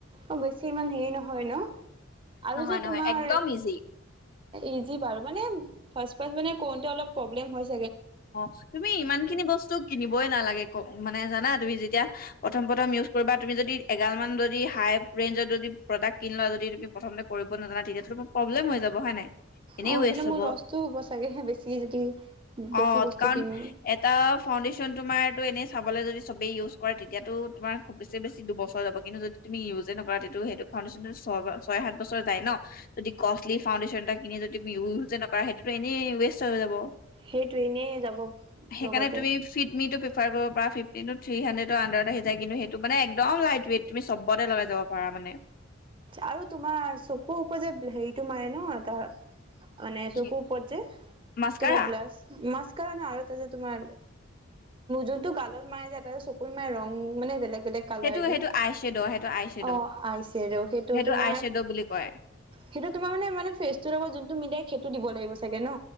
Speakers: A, on the right; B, on the left.
A: অ' বেছি ইমান হেৰি নহয় ন 'আৰু
B: নহয়
A: যে
B: নহয়
A: তোমাৰ
B: একদম ইজি
A: ইজি বাৰু মানে ফাষ্ট ফাষ্ট মানে কৰোঁতে অলপ প্ৰব্লেম হয় ছাগে
B: অ' তুমি ইমান খিনি বস্তু কিনিবই নালাগে ক মানে জানা তুমি যেতিয়া প্ৰথম প্ৰথম ইউজ কৰিবা তুমি যদি এগাল মান যদি হাই ৰেঞ্জৰ যদি প্ৰডাক কিনি লোৱা যদি তুমি প্ৰথম কৰিব নাজানা তেতিয়াটো তোমাৰ প্ৰব্লেম হৈ যাব হয় নে নাই। এনেই
A: অ' এই
B: ৱেষ্ট
A: পিনে
B: হ'ব
A: মোৰ লষ্টো হ'ব চাগে বেছি যদি
B: অ'
A: বেছি বস্তু
B: কাৰণ
A: কিনো
B: এটা ফাউডেশচন তোমাৰটো এনেই চাবলৈ যদি চবেই ইউজ কৰে তেতিয়া তোমাৰ খুব বেছি বেছি দুবছৰ যাব কিন্তু যদি তুমি ইউজে নকৰা তেতিয়া সেইটো ফাউণ্ডেশ্যনটো ছয় ছয় সাত বছৰ যায় ন যদি কষ্টলি ফাউণ্ডেশ্যন এটা কিনি যদি তি ইউজে নকৰা সেইটোতো এনেই ৱেষ্ট হৈ যাব।
A: সেইটো এনেই যাব
B: সেইকাৰণে
A: লগতে
B: তুমি ফিটমিটো প্ৰিফাৰ কৰিব পাৰা ফিফটিন টো থি শানদেত আডাৰত আহি যায় কিন্তু সেইটো মানে একদম লাইট ৱেট তমি চবতে লগাই যাব পাৰা মানে।
A: আৰু তোমাৰ চকুৰ ওপৰৰ যে হেৰি তোমাৰে ন তাৰ অ
B: কি
A: চকু ওপৰত যে
B: মাস্কাৰা
A: তোমাৰ ব্লাছ মাস্ক মাস্কাৰা আৰু এটা যে তোমাৰ যোনটো গালত মাৰে যে চকুৰ ৰং মানে বেলেগ বেলেগ কালাৰ
B: সেইটো
A: দি
B: সেইটো আই শ্বেড' সেইটো আই শ্বেড'
A: অ' আই চেদ'
B: সেইটো
A: তোমাৰ
B: আই শ্বেড' বুলি কয়
A: সেইটো তোমাৰ মানে ফেচটোৰ লগত যোনটো মিলে সেইটো দিব লাগিব চাগে ন!